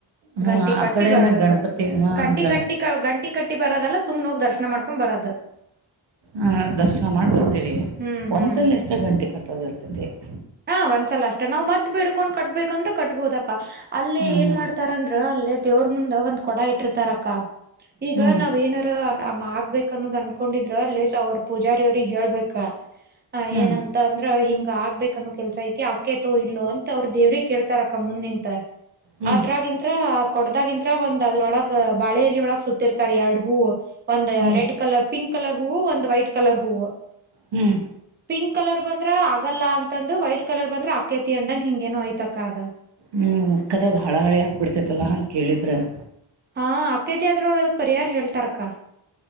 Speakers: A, on the right (about 60°); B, on the right (about 20°).
A: ಹಾ
B: ಗಂಟಿ
A: ಆ
B: ಕಟ್ಟಿ
A: ಕಡೆನ
B: ಬರ್ಬೇಕ
A: ಗಣಪತಿ ಹ
B: ಕಟ್ಟಿ
A: ಗಣ
B: ಗಟ್ಟಿ <inaudible> ಗಂಟಿ ಕಟ್ಟಿ ಬರದಲ್ಲ ಸುಮ್ನ ಹೋಗಿ ದರ್ಶನಾ ಮಾಡಕೊಂಡ ಬರೋದ. <inaudible>
A: ಹ ದರ್ಶನ ಮಾಡಿ ಬರತ್ತಿವಿ
B: ಹ್ಮ್ ಹ್ಮ್
A: ಒಂದ್ಸಲ ಅಷ್ಟ ಗಂಟಿ ಕಟ್ಟೋದ ಇರ್ತತಿ. <inaudible>
B: ಹಾ ಒಂದ್ಸಲ ಅಷ್ಟೇ ನಾವ್ ಮತ್ತ ಬೇಡಕೊಂಡ ಕಟ್ಬೇಕಂದ್ರೆ ಕೆಟ್ಟಬೋದ ಅಕ್ಕ ಅಲ್ಲೇ
A: ಹ್ಮ್
B: ಏನ್ ಮಾಡ್ತಾರ <inaudible> ಅಂದರ್ ಅಲ್ಲೇ ದೇವರ ಮುಂದ ಒಂದ್ ಕೊಡಾ ಇಟ್ಟಿರ್ತಾರ ಅಕ್ಕಾ ಈಗ
A: ಹ್ಮ್
B: ನಾವ್ ಏನಾರ ಆ <inaudible> ಆ ಮಾಡಬೇಕ ಅನ್ನೋದ್ ಅನ್ಕೊಂಡಿದ್ರ ಅಲ್ಲೇ ಶ ಅವರು ಪೂಜಾರಿ ಅವರಿಗ ಹೇಳಬೇಕ ಅ
A: ಹ್ಮ್
B: ಏನಂತ?
A: ಹ್ಮ್
B: <inaudible> ತ ಅಂದ್ರ ಹಿಂಗ್ ಆಗಬೇಕ ಅನ್ನವ್ ಕೆಲಸ ಐತಿ ಅಕೇತೋ ಇಲ್ಲೋ ಅಂತ ಅವರ ದೇವರಿಗ್ ಕೇಳ್ತಾರ ಅಕ್ಕಾ ಮುಂದ ನಿಂತ. <inaudible>
A: ಹ್ಮ್
B: ಅದರಾಗಿಂತರ <inaudible> ಕೊಡದಾಗಿಂತರ ಒಂದ ಅದ್ರೊಳಗ ಬಾಳೆೆಯಲ್ಲಿ ಒಳಗ್ ಸುತ್ತಿರ್ತಾರೆ ಎರಡ ಹೂವು ಒಂದ್
A: ಹ್ಮ್
B: ರೆಡ್ ಕಲರ್ <inaudible> ಪಿಂಕ್ ಕಲರ್ ಹೂವು ಒಂದ್ ವೈಟ್ ಕಲರ್ ಹೂವು <inaudible>
A: ಹೂ <inaudible>
B: ಪಿಂಕ್ ಕಲರ್ ಬಂದ್ರ ಆಗಲ್ಲ ಅಂತಂದು ವೈಟ್ ಕಲರ್ ಬಂದ್ರ ಅಕೇತಿ ಅಂದಂಗ ಹಿಂಗೇನು ಅಯ್ತ ಅಕ್ಕಾ ಅದ <inaudible>
A: ಹೂ ಕರ್ಯದ್ ಹಾಳ ಹಳಿ ಆಗಬಿಡ್ತೈತಲ್ಲ ಹಂಗ ಕೇಳಿದ್ರ <inaudible>
B: ಹಾ ಅಕೇತಿ ಆದರ ಅವರು ಅದಕ್ ಪರಿಹಾರ ಹೇಳ್ತಾರ ಅಕ್ಕ. <inaudible>